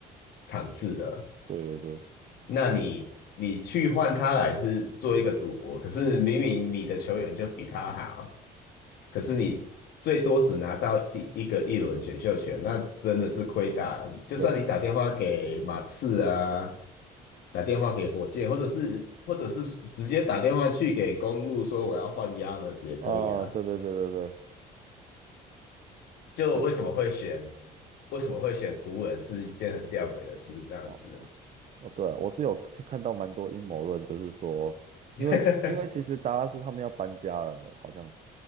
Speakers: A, on the left; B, on the right.
A: 场次的，
B: 对对对
A: 那你你去换他来是做一个赌博，可是明明你的球员就比他好。可是你最多只拿到第一个一轮选秀权，那真的是亏大了。就算你打电话给马刺啊，
B: 对啊，
A: 打电话给火箭，或者是或者是直接打电话去给公路说我要换 Giannis 也可以啊。
B: 啊对对对对对
A: 就为什么会选
B: 对
A: 为什么会选湖人是一件很吊诡的事，这样子。
B: 哦哦对啊我是有看看到蛮多阴谋论，就是说，
A: <laughs>
B: 因为因为其实达拉斯他们要搬家了，好像